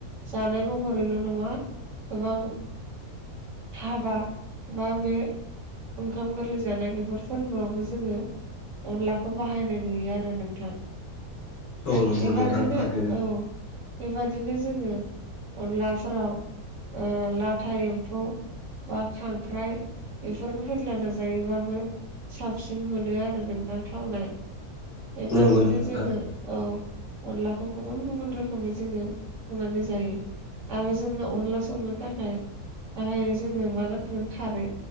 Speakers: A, on the right; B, on the left.
A: जानाय महरैल' नङा गोबां हाबा बा बे ओंखाम गोरलै जानाय बे बेफोर फोरबोआवबो जोङो अनलाखौ बाहायनाय नुयो आरो नोंथां।
B: औ नंगौ
A: बेबादिनो
B: नोंथां थारैनो
A: औ। बेबदििनो जोङो अनलाफोराव लाथा एम्फौ बा खांख्राइ बेफोरखौ होद्लान जायोबाबो साबसिन मोनो आरो नोंथां थावनाय बेबादिनो
B: नंगौ नोंथां
A: जोङो
B: थारैनो
A: औ अनलाखौ गुबुन गुबुन रोखोमै जोङो हानो जायो आरो जोंनो अनला संनो थाखाय दाहाय जोंनो मा नांगोन खारै